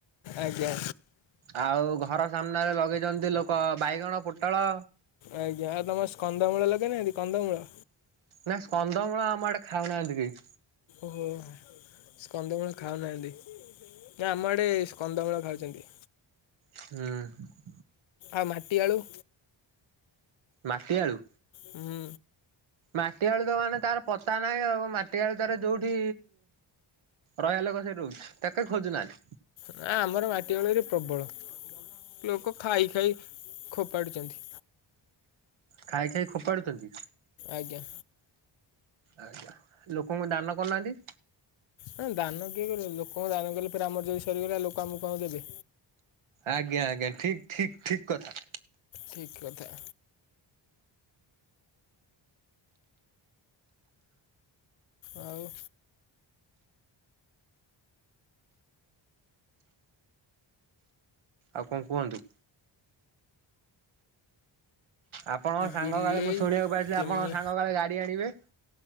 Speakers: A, on the left; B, on the right.
A: ଆଜ୍ଞା
B: ଆଉ ଘର ସାମ୍ନାରେ ଲଗେଇଛନ୍ତି ଲୋକ ବାଇଗଣ ପୋଟଳ।
A: ଆଜ୍ଞା ଆଉ ତମର ସ୍କ କନ୍ଦମୂଳ ଲଗେଇନାହାନ୍ତି କନ୍ଦମୂଳ?
B: ନାଁ କନ୍ଦମୂଳ ଆମ ଆଡେ ଖାଉନାହାନ୍ତି କେହି।
A: ଓହୋ ସ୍କନ୍ଦମୂଳ ଖାଉନାହାଁନ୍ତି। ନା ଆମ ଆଡ଼େ ସ୍କନ୍ଦମୂଳ ଖାଉଛନ୍ତି।
B: ହୁଁ।
A: ଆଉ ମାଟିଆଳୁ?
B: ମାଟି ଆଳୁ
A: ହୁଁ
B: ମାଟିଆଳୁ ତ ମାନେ ତାର ପତା ନାହିଁ ଆଉ ମା ଟି ଆଳୁ ତାର ଯୋଉଠି ରହିବା ଲୋକ ସେଇଠି ରହୁଛି। ତାକେ ଖୋଜୁନାହାନ୍ତି
A: ନା ଆମର ମାଟି ଆଳୁରେ ପ୍ରବଳ ଲୋକ ଖାଇ ଖାଇ ଖୋପାଡୁଛନ୍ତି
B: ଖାଇ ଖାଇ ଫୋପାଡୁଛନ୍ତି
A: ଆଜ୍ଞା।
B: ଆଜା ଲୋକଙ୍କୁ ଦାନ କରୁନାହାନ୍ତି।
A: ନା ଦାନ କିଏ କରିବ ଲୋକଙ୍କ ଦାନ କଲେ ପେରେ ଆମର ଯଦି ସରିଗଲା ଲୋକ ଆମକୁ କଣ ଦେବେ।
B: ଆଜ୍ଞା ଆଜ୍ଞା ଠିକ ଠିକ ଠିକ କଥା।
A: ଠିକ୍ କଥା। ଆଉ
B: ଆଉ କଣ କୁହନ୍ତୁ? ଆପଣ ସାଙ୍ଗ
A: ବିଲେଇ
B: କାଳେ ମୁଁ ଶୁଣିବାକୁ ପାଇଥିଲି
A: କେମି
B: ଆପଣ ସାଙ୍ଗ କଳେ ଗାଡ଼ି ଆଣିବେ।